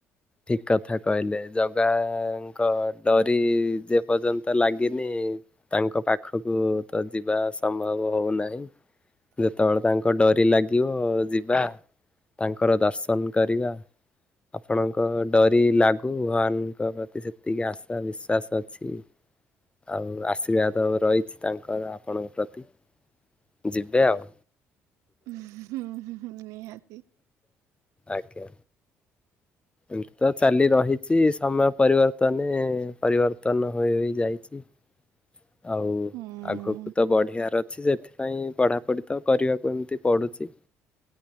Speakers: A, on the left; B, on the right.
A: ଠିକ କଥା କହିଲେ ଜଗାଙ୍କ ଡରି ଯେ ପର୍ଯ୍ୟନ୍ତ ଲାଗିନି ତାଙ୍କ ପାଖକୁ ତ ଯିବା ସମ୍ଭବ ନାହିଁ। ଯେତେବେଳେ ତାଙ୍କ ଡରି ଲାଗିବ ଯିବା। ତାଙ୍କର ଦର୍ଶନ କରିବା ଆପଣଙ୍କ ଙ୍କ ଡରି ଲାଗୁ ଭଗବାନଙ୍କ ପ୍ରତି ସେତିକି ଆଶା ବିଶ୍ଵାସ ଅଛି। ଆଉ ଆଶୀର୍ବାଦ ରହିଛି ତାଙ୍କର ଆପଣଙ୍କ ପ୍ରତି। ଯିବେ ଆଉ।
B: ହୁଁ ହୁଁ ହୁଁ ନିହାତି।
A: ଆଞା। ଏମିତି ତ ଚାଲି ରହିଛି, ସମୟ ପରିବର୍ତ୍ତନେ ପରିବର୍ତ୍ତନ ହୋଇ ଯାଇଛି। ଆଉ
B: ହୁଁ
A: ଆଗକୁ ତ ବଢ଼ିବାର ଅଛି, ସେଥିପାଇଁ ପଢ଼ାପଢ଼ି ତ କରିବାକୁ ଏମିତି ପଡ଼ୁଛି।